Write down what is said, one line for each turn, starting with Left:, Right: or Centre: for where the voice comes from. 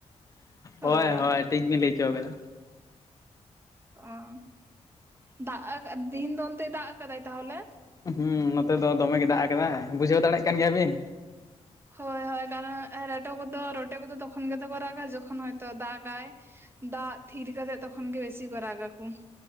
Right: ᱦᱳᱭ
Left: ᱦᱳᱭᱻ ᱦᱳᱭᱻ ᱴᱷᱤᱠ ᱵᱤᱱ ᱞᱟᱹᱭ ᱪᱚ ᱠᱟᱫᱟ᱾
Right: ᱚ ᱫᱟᱜ ᱛᱤᱦᱤᱧ ᱫᱚ ᱚᱱᱛᱮ ᱫᱟᱜ ᱠᱟᱫᱟᱭ ᱛᱟᱦᱚᱞᱮ?
Left: ᱦᱩ ᱱᱚᱛᱮ ᱫᱚ ᱫᱚᱢᱮ ᱜᱮ ᱫᱟᱜ ᱠᱟᱫᱟ ᱵᱩᱡᱷᱟᱹᱣ ᱫᱟᱲᱮᱭᱟᱜ ᱠᱟᱱ ᱜᱮᱭᱟ ᱵᱤᱱ?
Right: ᱦᱳᱭᱻ ᱦᱳᱭᱻ, ᱠᱟᱨᱚᱱ ᱨᱮᱴᱚ ᱠᱚᱫᱚ ᱨᱚᱴᱮ ᱠᱚᱫᱚ ᱛᱚᱠᱷᱚᱱ ᱜᱮᱛᱚ ᱠᱚ ᱨᱟᱜᱟ ᱡᱚᱠᱷᱚᱱ ᱦᱚᱭᱛᱚ ᱫᱟᱜᱽᱟᱭ᱾ ᱫᱟᱜ ᱛᱷᱤᱨ ᱠᱟᱛᱮ ᱛᱚᱠᱷᱚᱱ ᱜᱮ ᱵᱮᱥᱤ ᱠᱚ ᱨᱟᱜᱟ ᱠᱚ᱾